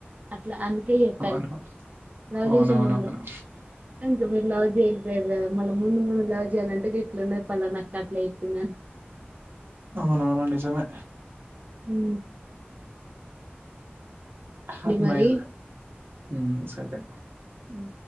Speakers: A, on the right; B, on the right.
A: అట్లా అందుకే చెప్పాను
B: అవును.
A: లవ్
B: అవునవునవును.
A: చేసే ముందు ఇంక మీరు లవ్ చే కదా మళ్ ముందు మేము లవ్ చేయాలంటే గిట్ల ఉన్నాయి పలాన అక్క అట్లా చెప్పిందని
B: అవునవును నిజమే
A: హూ
B: అహ మైయ్
A: మరి
B: మ్ సరే
A: మ